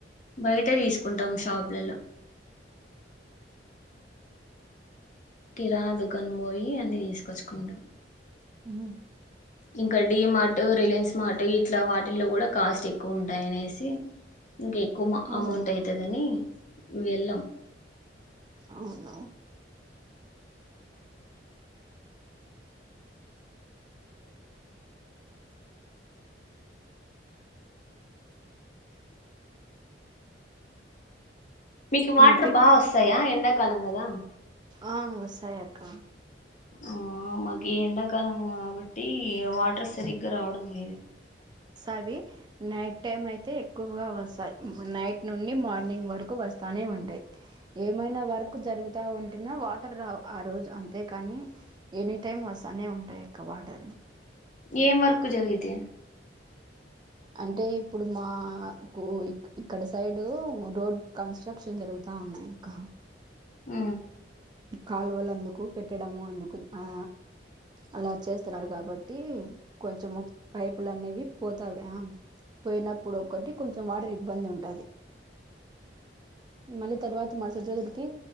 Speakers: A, on the left; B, on the right.
A: బయటే తీసుకుంటాం షాపులో కిరాణా దుకాణ పోయి అన్ని తీసుకొచ్చుకుంటాం
B: మ్మ్
A: ఇంకా డి మార్ట్ రిలయన్స్ మార్ట్ ఇట్లా వాటిల్లో కూడా కాస్ట్ ఎక్కువ ఉంటాయనేసి ఇంకా ఎక్కుమ
B: అవును
A: అమౌంట్ అయితదని వెళ్ళం.
B: అవును
A: మీకు వాటర్
B: ఇంకే
A: బాగా వస్సాయా ఎండా కాలం గదా
B: ఆ వస్సాయక్క
A: ఆ మాకి ఎండాకాలం కాబ ట్టి వాటర్ సరిగ్గా రావడం లేదు
B: అవి నైట్ టైం అయితే ఎక్కువగా వస్తాయి నైట్ నుండి మార్నింగ్ వరకు వస్తనే ఉంటాయి ఏమైనా వర్క్ జరుగుత ఉంటున్నా వాటర్ రావు ఆ రోజు అంతేకాని ఎనీ టైం వస్తనే ఉంటాయి అక్క వాటర్
A: ఏం వర్కు జరిగితే
B: అంటే ఇప్పుడు మా కు ఇక్కడ సైడ్ రోడ్ కన్స్ట్రక్షన్ జరుగుతా ఉన్నాయి అక్క
A: ఉ
B: కాలువలు అందుకు పెట్టడము అందుకు ఆ అలా చేస్తున్నారు కాబట్టి కొంచెము పైపులు అనేవి పోతావి పోయినప్పుడు ఒకటి కొంచెం వాటర్ ఇబ్బంది ఉంటది మళ్ళీ తర్వాత మరుసటి రోజుడికి